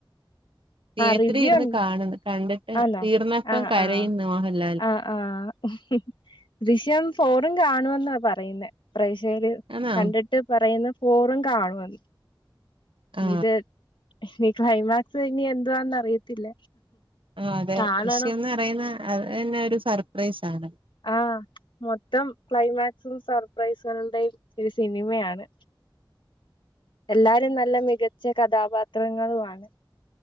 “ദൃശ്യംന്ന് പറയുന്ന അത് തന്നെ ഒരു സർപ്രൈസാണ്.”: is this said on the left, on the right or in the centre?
Right